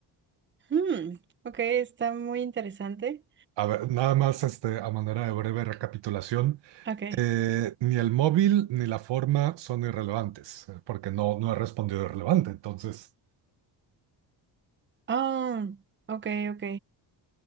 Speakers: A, on the right; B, on the right.
A: Hmm, ok, está muy interesante.
B: a ver, nada más este, a manera de breve recapitulación,
A: Ok.
B: eh, ni el móvil ni la forma son irrelevantes, eh, porque no, no he respondido irrelevante. Entonces,
A: Ah, ok, ok.